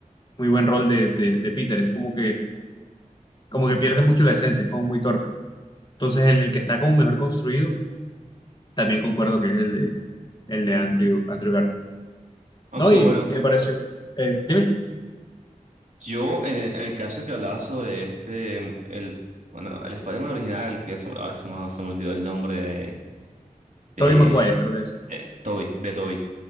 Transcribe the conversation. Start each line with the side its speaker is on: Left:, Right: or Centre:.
Left: muy buen rol de, de, de Peter. Es como que, como que pierde mucho la esencia, es como muy torpe. Entonces, el, el que está como mejor construido, también concuerdo que es el de, el de Andrew, Andrew Garfield.
Right: Aunque
Left: ¿no? Y
Right: bueno,
Left: me pareció, eh, dime,
Right: yo en el, en el caso que hablaba sobre este, el, bueno, el Spider-Man original, que se, me- ahora se me, se me olvidó el nombre de, de
Left: Tobey Maguire, creo que es.
Right: eh, Toby, de Toby.